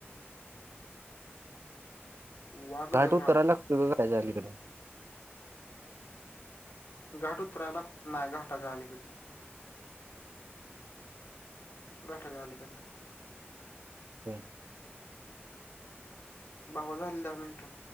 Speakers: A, on the left; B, on the right.
A: वाघझरा
B: लाट उतराय लागतय का त्याच्या अलीकडे
A: घाट उतरायला नाही घाटाच्या अलीकडनं घाठा जाललीिकणे
B: हो
A: बावाज झाले दहा मिनिटं